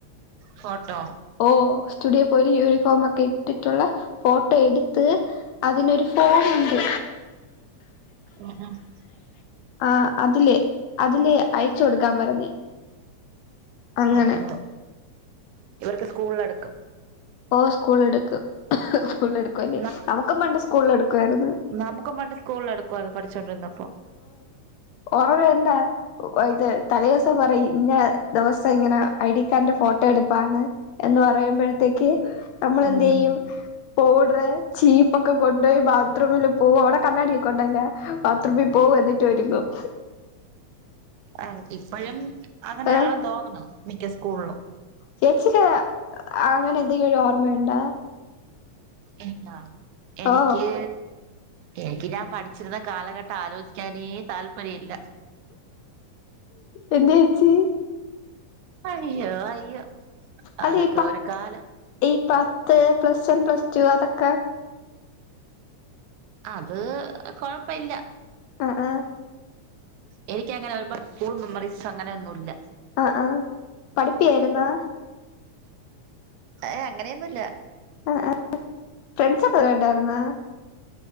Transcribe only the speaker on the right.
ഫോട്ടോ
<unintelligible>
ആഹ് ആഹ് ഇവർക്ക് സ്കൂളിലെടുക്കും
ന്ന
നമുക്ക് പണ്ട് സ്കൂളിൽ എടുക്കുവായിരുന്നു പഠിച്ചുകൊണ്ടിരുന്നപ്പം
ഉം
ആണ് ഇപ്പോഴും അങ്ങനെയാണന്ന്
തോന്നുന്നു മിക്ക സ്കൂളിലും
എനിക്കാ എനിക്ക്
എനിക്ക് ഞാൻ പഠിച്ചിരുന്ന കാലഘട്ടം ആലോചിക്കാനേ താല്പര്യമില്ല
അയ്യോ അയ്യോ
അതൊക്കെ
ഒരു കാലം
അത് കൊഴപ്പില്ല
എനിക്ക്ങ്ങനെ ഒരുപാട് സ്കൂൾ മെമ്മറീസ് അങ്ങനെയൊന്നും ഇല്ല
ഏഹ് അങ്ങനെയൊന്നുംല്ല